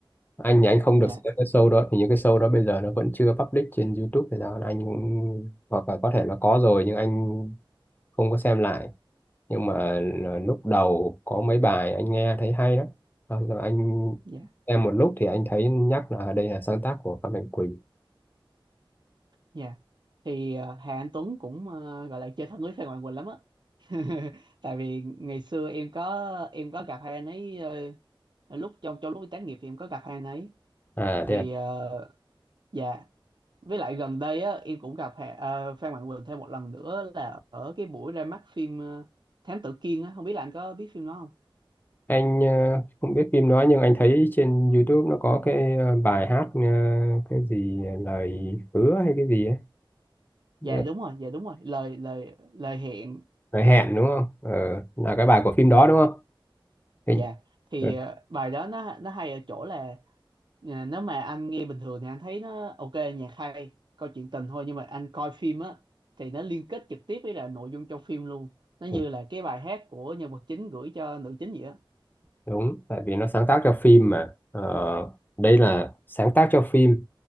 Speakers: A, on the left; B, on the right.
A: anh thì anh không
B: dạ
A: được xem cái show đó thì những cái show đó bây giờ nó vẫn chưa public trên YouTube thì sao anh cũng hoặc là có thể là có rồi nhưng anh không có xem lại nhưng mà là lúc đầu có mấy bài anh nghe thấy hay lắm Xong rồi anh
B: dạ
A: xem một lúc thì anh thấy nhắc là đây là sáng tác của Phan Mạnh Quỳnh
B: Dạ. Thì ờ, Hà Anh Tuấn cũng ờ, gọi là chơi thân với Phan Hoàng Quỳnh lắm á. <laughs> Tại vì ngày xưa em có em có gặp hai anh ấy ờ, lúc trong trong lúc đi tác nghiệp thì em có gặp hai anh ấy.
A: à
B: Thì
A: thế à?
B: ờ, dạ với lại gần đây á em cũng gặp Hà, ờ, Phan Hoàng Quỳnh thêm một lần nữa là ở cái buổi ra mắt phim ờ, Thám Tử Kiên á, không biết là anh có biết phim đó không?
A: anh ờ, không biết phim đó nhưng anh thấy trên YouTube nó có cái ờ, bài hát ờ, cái gì ờ, lời hứa hay cái gì ấy
B: Dạ
A: Nghe-
B: đúng rồi, dạ đúng rồi. Lời lời lời hẹn.
A: lời hẹn đúng không ờ, là cái bài của phim đó đúng không Hình-
B: Dạ. Thì
A: ờ,
B: ờ, bài đó nó nó hay ở chỗ là À, nếu mà anh nghe bình thường thì anh thấy nó ok nhạc hay câu chuyện tình thôi nhưng mà anh coi phim á thì nó liên kết trực tiếp với là nội dung trong phim luôn nó như
A: ờ,
B: là cái bài hát của nhân vật chính gửi cho nữ chính vậy á
A: đúng tại vì nó sáng tác cho phim mà ờ, đây là sáng tác cho phim